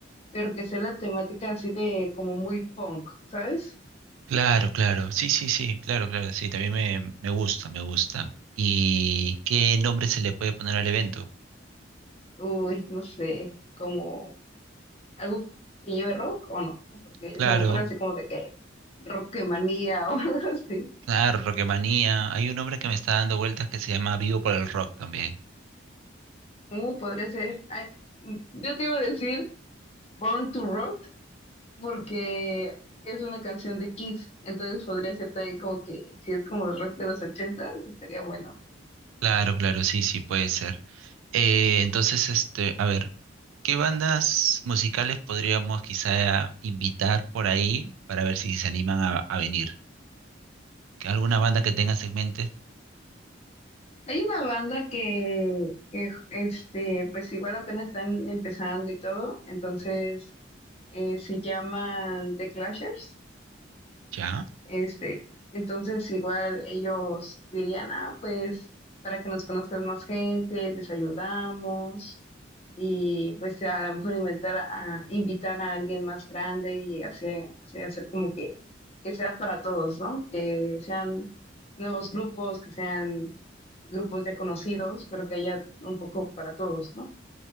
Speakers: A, on the left; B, on the right.
A: pero que sea la temática así de como muy punk, ¿sabes?
B: Claro, claro, sí, sí, sí, claro, claro, sí, también me, me gusta, me gusta. ¿Y qué nombre se le puede poner al evento?
A: Uy, no sé, como algo que lleve rock o no, porque
B: Claro,
A: se me ocurre así como de que manía <laughs> o algo así.
B: Claro, Rocketmanía. Hay un hombre que me está dando vueltas que se llama Vivo por el Rock también.
A: ¿Cómo podría ser? Ay, mm, yo te iba a decir Born to Rock porque es una canción de Kiss, entonces podría ser también como que si es como rock de los 80, estaría bueno.
B: Claro, claro, sí, sí, puede ser. Eh, entonces, este, a ver, ¿qué bandas musicales podríamos quizá invitar por ahí para ver si se animan a, a venir? ¿Que alguna banda que tengas en mente?
A: Hay una banda que, que este, pues igual apenas están empezando y todo, entonces eh, se llaman The Clashers.
B: Ya.
A: Este, entonces igual ellos dirían, ah, pues para que nos conozcas más gente, les ayudamos y pues a lo mejor inventar a, invitar a alguien más grande y hacer, hacer, hacer como que, que sea para todos, ¿no? Que sean nuevos grupos, que sean grupos ya conocidos, pero que haya un poco para todos, ¿no?